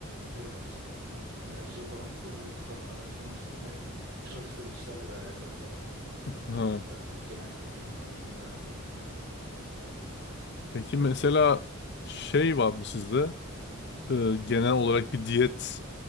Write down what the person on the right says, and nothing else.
Evet. Yani şey falan probiyotik falan araştırmıştım ve e, çalıştığım işlerle de alakalı sanırım.
Biraz bir genel kültürüm var konuyla alakalı.
E,